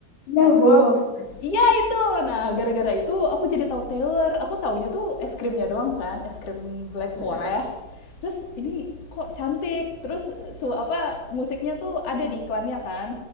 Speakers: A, on the left (about 60°); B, on the left (about 35°).
A: Iya, Wolf.
B: Iya itu. Nah, gara-gara itu aku jadi tahu Taylor. Aku taunya tuh es krimnya doang kan, es krim Black
A: Mm-mm.
B: Forest. Terus ini kok cantik. Terus su apa musiknya tuh ada di iklannya kan,